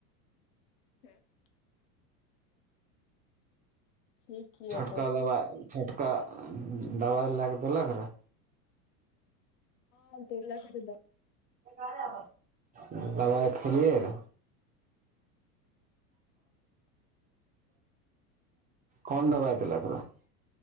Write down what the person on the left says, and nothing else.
हँ <inaudible> ठीक य
तब
हँत क <unintelligible>